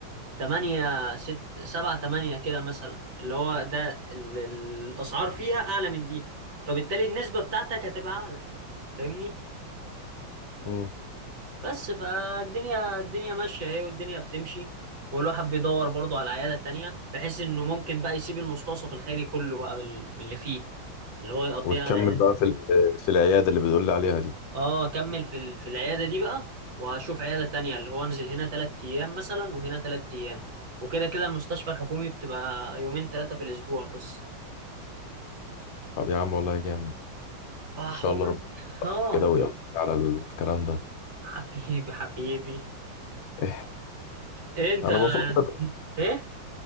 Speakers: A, on the right; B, on the left.
A: تمانية ست سبعة تمانية كده مثلا اللي هو ده ال- ال- الأسعار فيها أعلى من دي فبالتالي النسبة بتاعتك هتبقى أعلى فاهمني؟
B: امم
A: بس فالدنيا الدنيا ماشية اهي والدنيا بتمشي والواحد بيدور برضه على عيادة تانية بحيث انه ممكن بقى يسيب المستوصف الخيري كله بقى بال- باللي فيه اللي هو يقضيها
B: وتكمل
A: على العيادة
B: بقى في ال- في العياده اللي بتقول لي عليها دي
A: اه كمل في ال- في العيادة دي بقى واشوف عيادة تانية اللي هو انزل هنا تلات ايام مثلا وهنا تلات ايام وكده كده المستشفى الحكومي بتبقى يومين تلاتة في الاسبوع بس
B: طب يا عم والله جامد
A: فحوار
B: ان شاء الله ربنا يوفقك
A: اه
B: كده ويقولك على الكلام ده
A: حبيبي حبيبي
B: إيه،
A: إيه انت
B: انا بفكر
A: ايه